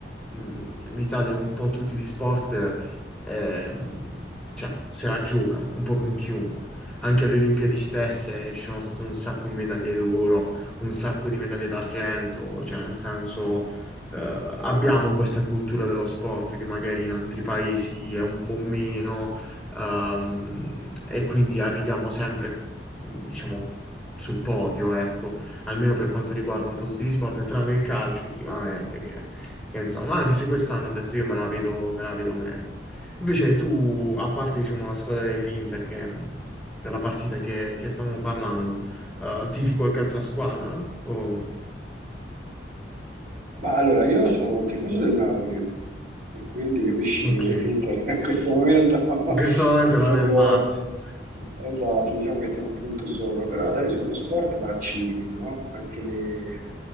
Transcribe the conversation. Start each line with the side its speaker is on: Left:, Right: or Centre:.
Centre: mh, l'Italia in un po' tutti gli sport ehm, cioè, se la gioca un po' con chiunque. Anche alle Olimpiadi stesse ci sono state un sacco di medaglie d'oro, un sacco di medaglie d'argento, cioè nel senso eh, abbiamo questa cultura dello sport che magari in altri paesi è un po' meno, ehm, e quindi arriviamo sempre, diciamo, sul podio, ecco, almeno per quanto riguarda un po' tutti gli sport, tranne il calcio ultimamente, che, che insomma, anche se quest'anno ho detto io me la vedo, me la vedo meglio. Invece tu, a parte, diciamo, la squadra dell'Inter, che, della partita che, che stavamo parlando, eh, tifi qualche altra squadra? O...
Right: Ma allora, io sono tifoso del Napoli e quindi capisci
Centre: Ok.
Right: che l'Inter <laughs> in questo momento <laughs>
Centre: In questo momento
Right: è
Centre: non
Right: proprio
Centre: è il massimo.
Right: esatto, diciamo che siamo un punto sopra, però sai, sullo sport va a cicli, no? Anche le,